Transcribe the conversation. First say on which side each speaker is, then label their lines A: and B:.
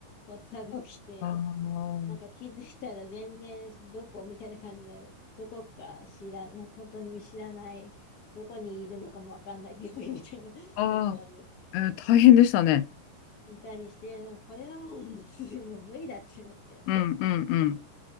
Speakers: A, on the left; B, on the left.
A: 発作が起きて、
B: あ
A: なんか気づいたら全然どこみたいな感じで、どこか知らん、なんか本当に見知らない、どこにいるのかもわかんない病院みたいな <laughs>
B: ああ
A: ところに
B: ー、えー大変でしたね。
A: いたりして、これはもう無理、もう無理だってなって。
B: うんうんうん。